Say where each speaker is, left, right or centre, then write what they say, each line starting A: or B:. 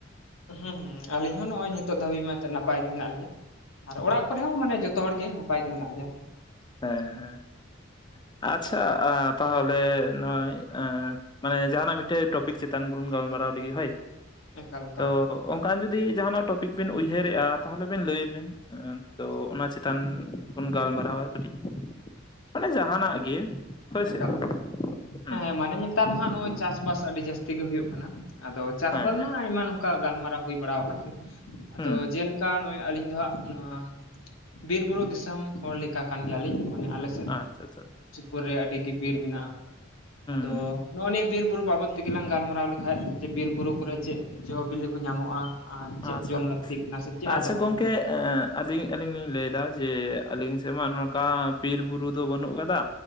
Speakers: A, on the left (about 80°); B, on the left (about 20°).
A: ᱦᱩᱸ ᱦᱩᱸ ᱟᱞᱤᱧ ᱦᱚᱸ ᱱᱚᱜᱼᱚᱭ ᱱᱤᱛᱚᱜ ᱫᱷᱟᱹᱵᱤᱡ ᱢᱟ ᱱᱟᱯᱟᱭ ᱜᱮ ᱢᱮᱱᱟᱜ ᱞᱤᱧᱟ᱾ ᱟᱨ ᱚᱲᱟᱜ ᱠᱚᱨᱮ ᱦᱚᱸ ᱢᱟᱱᱮ ᱡᱚᱛᱚ ᱦᱚᱲ ᱜᱮ ᱱᱟᱯᱟᱭ ᱜᱮ ᱢᱮᱱᱟᱜ ᱞᱮᱭᱟ᱾
B: ᱦᱮᱻ ᱦᱮᱸ ᱾ ᱟᱪᱪᱷᱟ ᱛᱟᱦᱚᱞᱮ ᱱᱚᱜᱼᱚᱭ ᱮ ᱢᱟᱱᱮ ᱡᱟᱦᱟᱱᱟᱜ ᱢᱤᱫᱴᱮᱡ ᱴᱚᱯᱤᱠ ᱪᱮᱛᱟᱱ ᱵᱚᱱ ᱜᱟᱞᱢᱟᱨᱟᱣ ᱞᱤᱜᱤ ᱦᱳᱭ᱾
A: ᱮᱠᱟᱞ ᱮᱠᱟᱞ
B: ᱛᱚ
A: ᱾
B: ᱚᱱᱠᱟᱱ ᱡᱩᱫᱤ ᱡᱟᱦᱟ ᱱᱟᱜ ᱴᱚᱯᱤᱠ ᱵᱤᱱ ᱩᱭᱦᱟᱹᱨᱮᱜᱼᱟ ᱛᱟᱦᱚᱞᱮ ᱵᱤᱱ ᱞᱟᱹᱭ ᱵᱤᱱ᱾ ᱛᱚ ᱚᱱᱟ ᱪᱮᱛᱟᱱ ᱵᱚᱱ ᱜᱟᱞᱢᱟᱨᱟᱣᱼᱟ ᱠᱟᱹᱴᱤᱡ, ᱢᱟᱱᱮ ᱡᱟ ᱦᱟᱱᱟᱜ ᱜᱮ᱾ ᱦᱳᱭᱥᱮ
A: ᱮᱠᱟᱞ ᱮᱠᱟᱞ
B: ᱦᱮᱸ
A: ᱮ ᱢᱟᱱᱮ ᱱᱮᱛᱟᱨ ᱢᱟ ᱦᱟᱸᱜ ᱱᱚᱜᱼᱚᱭ ᱪᱟᱥᱵᱟᱥ ᱟᱹᱰᱤ ᱡᱟᱹᱥᱛᱤ ᱜᱮ ᱦᱩᱭᱩᱜ ᱠᱟᱱᱟ ᱾ ᱟᱫᱚ ᱪᱟᱥᱵᱟᱥ
B: ᱦᱮᱸ ᱦᱮᱸ
A: ᱢᱟ ᱟᱭᱢᱟ ᱱᱚᱝᱠᱟ ᱜᱟᱞᱢᱟᱨᱟᱣ ᱦᱩᱭ ᱵᱟᱲᱟ ᱠᱟᱱ ᱜᱮ, ᱟᱫᱚ
B: ᱦᱩᱸ ᱦᱩᱸ
A: ᱡᱮ ᱠᱟ ᱱᱚᱜᱼᱚᱭ ᱟᱹᱞᱤᱧ ᱫᱚ ᱦᱟᱸᱜ ᱱᱚᱣᱟ ᱵᱤᱨ ᱵᱩᱨᱩ ᱫᱤᱥᱚᱢ ᱦᱚᱲ ᱞᱮᱠᱟ ᱠᱟᱱ ᱜᱮᱭᱟ ᱞᱤᱧ, ᱢᱟᱱᱮ ᱟᱞᱮ
B: ᱟᱪᱪᱷᱟ ᱟᱪᱪᱷᱟ ᱪᱷᱟ ᱾
A: ᱠᱚᱨᱮ ᱟᱹᱰᱤ ᱜᱮ ᱵᱤᱨ ᱢᱮᱱᱟᱜᱼᱟ, ᱟᱫᱚ
B: ᱦᱩᱸ
A: ᱱᱚᱜᱼᱚ ᱱᱤᱭᱟᱹ ᱵᱤᱨ ᱵᱩᱨᱩ ᱵᱟᱵᱚᱫ ᱛᱮᱜᱮ ᱞᱟᱝ ᱜᱟᱞᱢᱟᱨᱟᱣ ᱞᱮᱠᱷᱟᱡ ᱡᱮ ᱵᱤᱨ ᱵᱩᱨᱩ ᱠᱚᱨᱮ ᱪᱮᱫ ᱡᱚᱼᱵᱤᱞᱤ ᱠᱚ ᱧᱟᱢᱚᱜᱼᱟ? ᱟᱨ ᱪᱮᱫ
B: ᱟᱪᱪᱷᱟ
A: ᱡᱚᱢ ᱞᱟᱹᱠᱛᱤ ᱠᱟᱱᱟ ᱥᱮ ᱪᱮᱫ
B: ᱟᱪᱪᱷᱟ
A: ᱟᱫᱚᱜ ᱠᱟᱱᱟ?
B: ᱜᱚᱝᱠᱮ ᱮᱸ ᱟᱹᱞᱤᱧ ᱟᱹᱞᱤᱧ ᱞᱤᱧ ᱞᱟᱹᱭ ᱫᱟ ᱡᱮ ᱟᱹᱞᱤᱧ ᱥᱮᱫ ᱢᱟ ᱱᱚᱝᱠᱟ ᱵᱤᱨ ᱵᱩᱨᱩ ᱫᱚ ᱵᱟᱹᱱᱩᱜ ᱠᱟᱫᱟ᱾